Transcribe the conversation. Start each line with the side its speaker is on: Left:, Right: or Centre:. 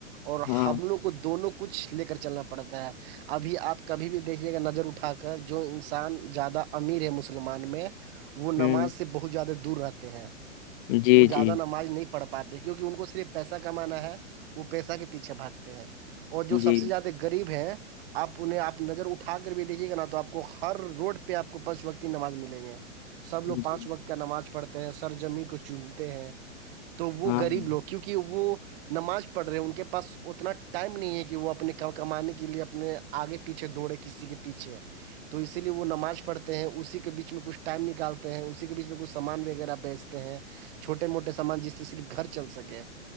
Right: اور
Left: ہاں
Right: ہم لووں کو دونوں کچھ لے کر چلنا پڑتا ہے ابھی آپ کبھی بھی دیکھیے گا نظر اٹھا کر جو انسان زیادہ امیر ہے مسلمان میں وہ نماز
Left: ہوں
Right: سے بہت زیادہ دور رہتے ہیں
Left: جی
Right: وہ زیادہ
Left: جی
Right: نماز نہیں پڑ پاتے کیونکہ ان کو صرف پیسہ کمانا ہے وہ پیسہ کے پیچھے بھاگتے ہیں اور اور جو
Left: جی
Right: سب سے زیادہ غریب ہیں آپ انہیں آپ نظر اٹھا کر بھی دیکھیے گا نا تو آپ کو ہر روڈ پہ آپ کو پچ وقتی نماز ملیں گے سب لوگ پانچ
Left: جی
Right: وقت کا نماز پڑھتے ہیں سر جمین کو چومتے ہیں تو وہ
Left: ہاں
Right: غریب
Left: ہاں
Right: لوگ کیونکہ کہ وہ نماز پڑھ رہے ہیں ان کے پاس اتنا ٹائم نہیں ہے کہ وہ اپنے کمانے کے لیے اپنے آگے پیچھے دوڑے کسی کے پیچھے تو اسی لیے وہ نماز پڑھتا ہیں اسی کے بیچ میں کچھ ٹائم نکالتے ہیں اسی کے بیچ میں کچھ سامان وغیرہ بیچتے ہیں چھوٹے موٹے سامان جس سے صرف گھر چل سکے